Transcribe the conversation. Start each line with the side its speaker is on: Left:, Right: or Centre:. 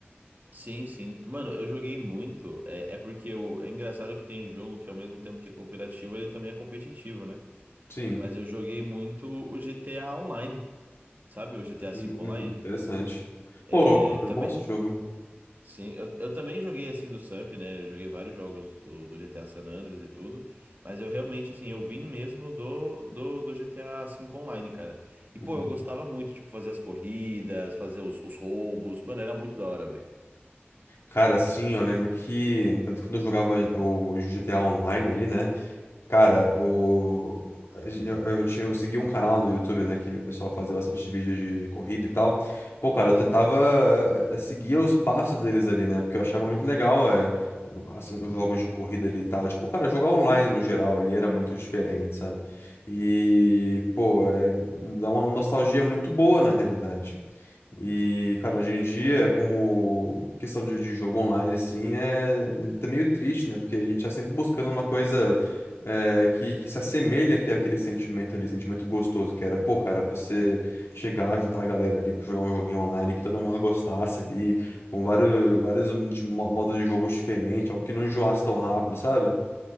Right: Sim, sim. Mano, eu joguei muito. É, é porque eu, é engraçado que tem jogo que ao mesmo tempo que é cooperativo, ele também é competitivo, né?
Left: Sim.
Right: Mas eu joguei muito o GTA Online, sabe? O GTA
Left: Hum,
Right: V Online.
Left: interessante.
Right: É,
Left: Pô, é
Right: também,
Left: bom esse jogo.
Right: sim, eu, eu também joguei assim do Samp, né? Eu joguei vários jogos o- do GTA San Andreas e tudo. Mas eu realmente, assim, eu vim mesmo do, do, do GTA V Online, cara. E, pô,
Left: Uhum.
Right: eu gostava muito, tipo, fazer as corridas, fazer os, os roubos. Mano, era muito da hora, velho.
Left: Cara, sim, eu lembro que, tanto que quando eu jogava o GTA Online ali, né? Cara, o... eu, eu, tinha- eu segui um canal no YouTube, né? Que o pessoal fazia bastante vídeo de corrida e tal. Pô, cara, eu tentava eh, seguir os passos deles ali, né? Porque eu achava muito legal é, o- as- os jogos de corrida ali e tal. Tipo, cara, jogar online no geral ali era muito diferente, sabe? E, pô, é, dá uma nostalgia muito boa na realidade. E, cara, hoje em dia, como questão de, de jogo online, assim, é, é tá meio triste, né? Porque a gente tá sempre buscando uma coisa é, que, que se assemelha que aquele sentimento ali, sentimento gostoso, que era, pô, cara, você chegar, juntar a galera ali pra jogar um joguinho online que todo mundo gostasse ali, com vários, vários de mo- modos de jogo diferentes, algo que não enjoasse tão rápido, sabe?